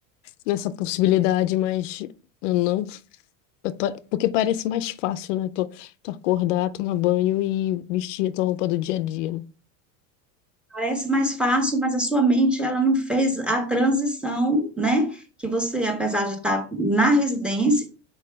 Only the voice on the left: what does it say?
nessa possibilidade, mas eu não. pa- Porque parece mais fácil, né? Tu, tu acordar, tomar banho e vestir a tua roupa do dia a dia. né?